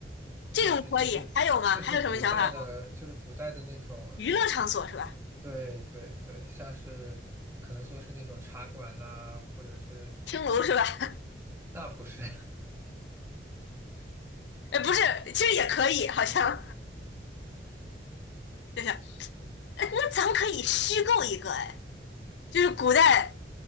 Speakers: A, on the left; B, on the right.
A: 这种可以，
B: 就是就是就是古代的，
A: 还有吗？还有什么想法吗？
B: 就是古代的那种，
A: 娱乐场所是吧？
B: 对对对，像是可能说是那种茶馆啦、或者是
A: 青楼是吧？<laughs>
B: 那不是，
A: 哎，不是，其实也可以，好像就是，哎，那咱们可以虚构一个，哎，就是古代